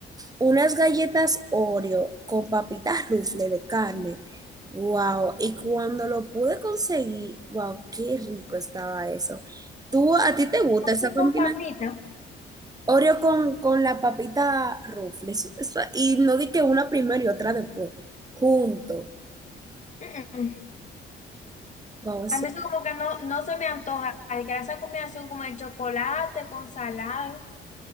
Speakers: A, on the right; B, on the left.
A: unas galletas Oreo con papitas rufle de carne. Wow, y cuando lo pude conseguir, wow, qué rico estaba eso. ¿Tú a ti te gusta
B: Pollo
A: esa combinación?
B: Con papita.
A: Oreo con, con la papita Ruffles. Eso- Y no di que una primero y otra después. Junto.
B: <clears throat> Mm-mm.
A: Wow, eso
B: A mí eso como que no, no se me antoja. Ay, que esa combinación como el chocolate con salado.